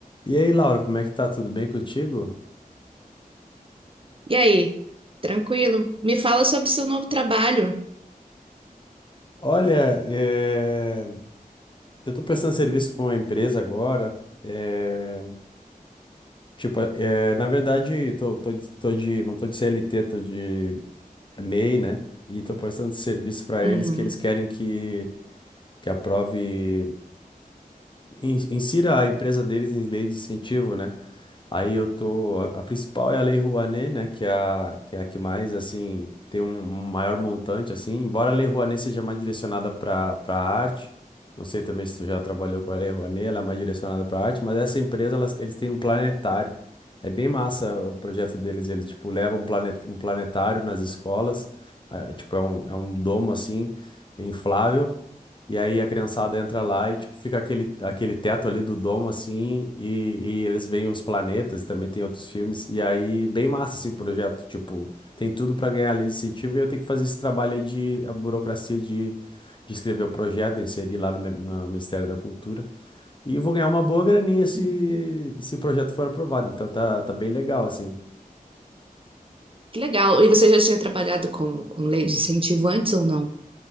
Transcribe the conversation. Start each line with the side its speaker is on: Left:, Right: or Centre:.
Left: E aí, Laura, como é que tá? Tudo bem contigo?
Right: E aí? Tranquilo? Me fala sobre seu novo trabalho.
Left: Olha, eh, eu tô prestando serviço para uma empresa agora. eh, Tipo, eh, na verdade, tô, tô, de- tô de, não tô de CLT, tô de MEI, né? E tô prestando serviço para
Right: Uhum.
Left: eles que eles querem que, que aprove, in- insira a empresa deles em lei de incentivo, né? Aí eu tô. A, a principal é a Lei Rouanet, né? Que é a que, é a que mais, assim, tem um um maior montante, assim. Embora a Lei Rouanet seja mais direcionada para para arte, não sei também se tu já trabalhou com a Lei Rouanet, ela é mais direcionada para arte, mas essa empresa, elas, eles têm um planetário. É bem massa o projeto deles. Eles, tipo, levam um, planet, um planetário nas escolas, ah, tipo, é um, é um domo, assim, inflável. E aí a criançada entra lá e tipo, fica aquele, aquele teto ali do domo, assim, e, e eles veem os planetas, e também tem outros filmes, e aí bem massa assim, o projeto, tipo, tem tudo para ganhar a lei de incentivo e eu tenho que fazer esse trabalho aí de a burocracia de, de escrever o projeto, né, inserir lá no, mi- no Ministério da Cultura, e vou ganhar uma boa graninha se,
Right: Uhum.
Left: se o projeto for aprovado, então tá, tá bem legal, assim.
Right: Que legal. E você já tinha trabalhado com, com lei de incentivo antes ou não?